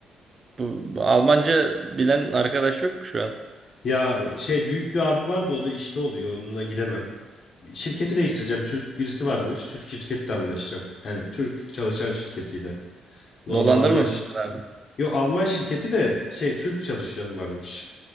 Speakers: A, on the right; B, on the left.
A: Bu, bu Almanca bilen arkadaş yok mu şu an?
B: Ya şey büyük bir abi vardı o da işte oluyor onunla gidemem. Şirketi değiştireceğim. Türk birisi varmış. Türk şirketle anlaşacağım. Yani Türk çalışan şirketiyle. Normal
A: Dolandırmasındır
B: Alman şirketi.
A: abi.
B: Yok Alman şirketi de şey Türk çalışan varmış.